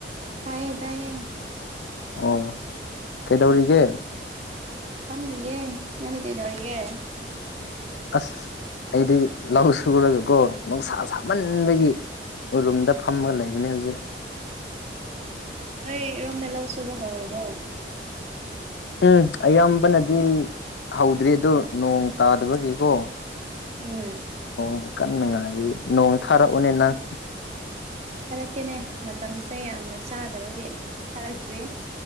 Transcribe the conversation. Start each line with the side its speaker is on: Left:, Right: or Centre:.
Right: ꯇꯥꯏꯌꯦ ꯇꯥꯏꯌꯦ
Left: ꯑꯣ ꯀꯩꯗꯧꯔꯤꯒꯦ
Right: ꯐꯝꯃꯤꯌꯦ ꯅꯪꯗꯤ ꯀꯩꯗꯧꯔꯤꯒꯦ
Left: ꯑꯁ ꯑꯩꯗꯤ ꯂꯧ ꯁꯨꯔꯒꯀꯣ ꯅꯨꯡꯁꯥ ꯁꯥꯃꯟꯕꯒꯤ ꯎꯔꯨꯝꯗ ꯐꯝꯃꯥꯒ ꯂꯩꯕꯅꯦ ꯍꯧꯖꯤꯛ
Right: ꯑꯣ ꯅꯣꯏ ꯔꯣꯝꯗ ꯂꯧ ꯁꯨꯕ ꯍꯧꯔꯕꯣ
Left: ꯎꯝ ꯑꯌꯥꯝꯕꯅꯗꯤ ꯍꯧꯗ꯭ꯔꯤ ꯑꯗꯣ ꯅꯣꯡ ꯇꯥꯗꯕꯒꯤꯀꯣ
Right: ꯎꯝ
Left: ꯅꯣꯡ ꯀꯟꯅ ꯉꯥꯏꯔꯤ ꯅꯣꯡ ꯊꯥꯔꯛꯎꯅꯦ ꯅꯪ
Right: <inaudible> ꯊꯥꯔꯛꯀꯦꯅꯦ ꯃꯇꯝꯁꯦ ꯌꯥꯝꯅ ꯆꯥꯗꯕꯒꯤ ꯊꯥꯔꯛꯇ꯭ꯔꯤ